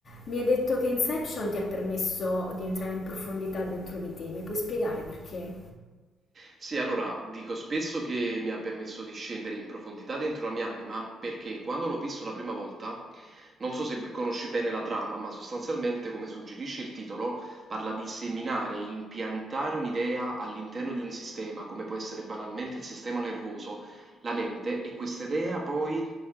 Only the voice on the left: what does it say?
Mi hai detto che Inception ti ha permesso di entrare in profondità dentro di te, mi puoi spiegare perché?